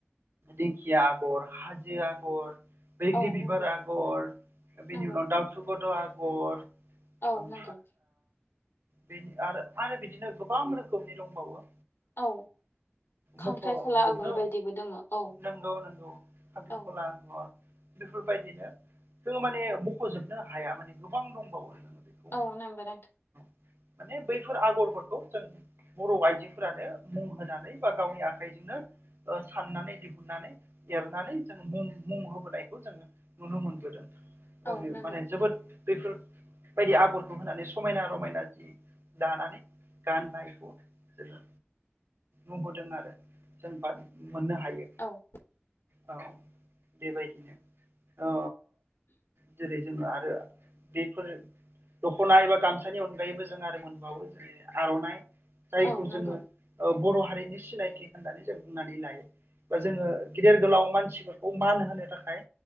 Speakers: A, on the right; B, on the left.
A: दिंखिया आगर, हाजो आगर, बैग्रि
B: औ
A: बिबार
B: नंगौ
A: आगर बेनि
B: नंगौ
A: उनाव दाउथु गद' आगर
B: औ नंगौ
A: ओ बे आरो आरो बिदिनो गोबां रोखोमनि दंबावो।
B: औ। खांख्राइखला
A: मुख'जोबनो
B: आगर बायदिबो दोङो औ
A: नोंगौ नोंगौ खांख्रिखला
B: औ
A: आगर। बेफोरबायदिनो जोङो माने मख'जोबनो हाया माने गोबां दंबावो। बेखौ
B: औ नोंगौ नोंथां।
A: माने बैफोर आगरफोरखौ जों बर' आइजोफोरानो मुं होनानै बा गावनि आखायजों नो ओ साननानै दिहुननानै एरनानै जों मुं मुं होबोनायखौ जोङो नुनो मोनबोदों। ओ
B: औ
A: बे
B: नंगौ
A: माने जोबोद बेफोर बायदि आगरखौ होनानै समायना रमायना जि दानानै गाननायखौ जोङो नुबोदों आरो जों बा मोननो हायो।
B: औ
A: औ बेबायदिनो ओ जेरै जोङो आरो बेफोर दख'ना एबा गामसानि अनगायैबो जों आरो मोनबावो। जेरै आर'नाइ जायखौ
B: औ नंगौ
A: जोङो ओ बर' हारिनि सिनायथि होननानै जों बुंनानै लायो। बा जोङो गिदेर गोलाव मानसिफोरखौ मान होनो थाखाय